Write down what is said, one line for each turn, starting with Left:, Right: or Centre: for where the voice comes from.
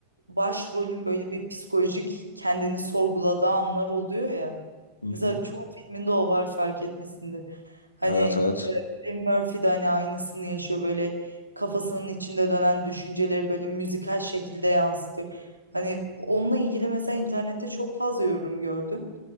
Right: başrolün böyle bir psikolojik kendini sorguladığı anlar oluyor ya.
Left: Hı
Right: Mesela
Left: hı.
Right: çoğu filminde o var fark etmesinde. Hani
Left: Evet evet.
Right: e, Eddie Murphy de hani aynısını yaşıyor böyle kafasının içinde dönen düşünceleri böyle müzikal şekilde yansıtıyor. Hani onunla ilgili mesela internette çok fazla yorum gördüm.